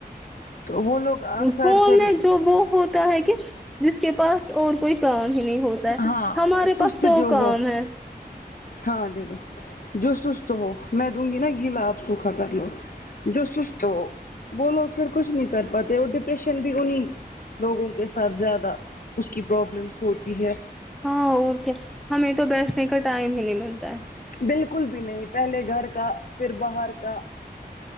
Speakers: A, on the left (about 60°); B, in the centre.
A: تو وہ لوگ اکثر
B: فون
A: پھر
B: میں جو بہت ہے کہ جس کے پاس اور کوئی کام ہی نہیں ہوتا
A: ہاں
B: ہمارے
A: سست
B: پاس سو
A: جو
B: کام
A: ہو
B: ہے
A: ہاں دے دو جو سست ہو میں دوں گی نا گیلا آپ سوکھا کر لو جو سست ہو بولو پھر کچھ نہیں کر پاتے اور ڈپریشن بھی انہیں لوگوں کے ساتھ زیادہ اس کی پرابلمس ہوتی ہے
B: ہاں اور کیا ہمیں تو بیٹھنے کا ٹائم ہی نہیں ملتا ہے
A: بالکل بھی نہیں پہلے گھر کا پھر باہر کا